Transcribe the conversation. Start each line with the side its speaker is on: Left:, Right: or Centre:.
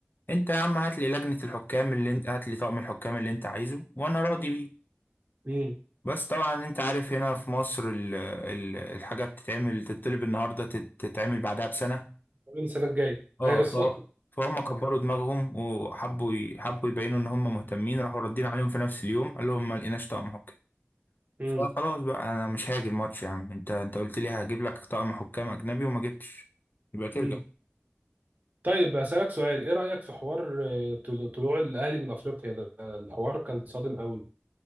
Left: انت يا عم هات لي لجنة الحكام اللي انت هات لي طقم الحكام اللي انت عايزه وانا راضي بيه
Right: مم.
Left: بس طبعا انت عارف هنا في مصر ال- ال- الحاجة بتتعمل تتطلب النهاردة تت- تتعمل بعدها بسنة
Right: من السنه الجايه
Left: اه
Right: ايوه
Left: ف...
Right: صح
Left: فهم كبروا دماغهم وحبوا ي... حبوا يبينوا ان هم مهتمين راحوا ردين عليهم في نفس اليوم قال لهم ما لقيناش طقم حكام
Right: مم.
Left: فخلاص بقى انا مش هاجي الماتش يا عم انت انت قلت لي هجيب لك طقم حكام اجنبي وما جبتش يبقى ترجع
Right: مم. طيب أسألك سؤال إيه رأيك في حوار آه، طل- طلوع الأهلي من أفريقيا ده الحوار كان صادم قوي